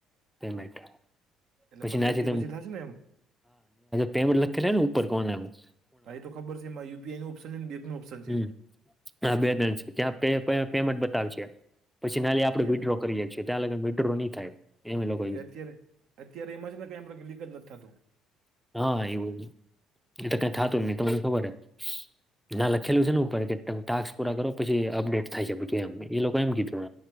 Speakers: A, in the centre; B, on the right (about 70°).
A: પેમેન્ટ.
B: એટલે
A: હા
B: પંદર
A: પછી
B: દી થશે ને એમ
A: પેમેન્ટ લખીને આવ્યું ને ઉપર કોર્નરમાં
B: એ તો ખબર છે એમાં યુપીઆઈ નું ઓપ્શન છે અને બેંક નો ઓપ્શન
A: હમ
B: છે.
A: હા તણ ત્યાં પેમેન્ટ બતાવશે. પછી ના આપણે
B: અત્યારે
A: વિડ્રો કરીએ છીએ ત્યાં સુધી વિડ્રો નહી થાય એ લોકો
B: કેમ કે અત્યારે અત્યારે એમાં છે ને કઈ લીક જ નથી થતું.
A: <unintelligible> ના લખેલું છે ને ઉપર કે તમે ટાસ્ક પૂરા કરો પછી અપડેટ થાય એમ એ લોકો એમ કીધું.